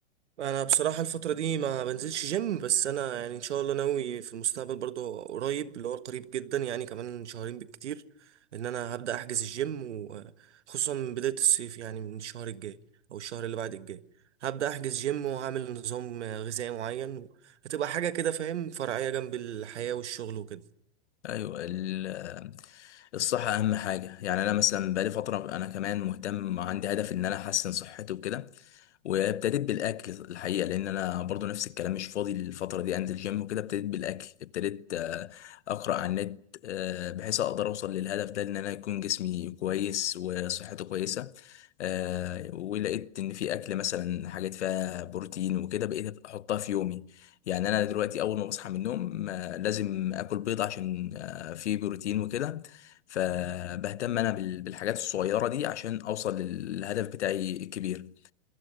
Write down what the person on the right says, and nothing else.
انا بصراحه الفتره دي ما بنزلش جيم بس انا يعني ان شاء الله ناوي في المستقبل برضه قريب اللي هو قريب جدا يعني كمان شهرين بالكتير ان انا هبدا احجز الجيم وخصوصا من بدايه الصيف يعني من الشهر الجاي او الشهر اللي بعد الجاي هبدا احجز جيم وهعمل نظام غذائي معين هتبقى حاجه كده فاهم فرعيه جنب الحياه والشغل وكده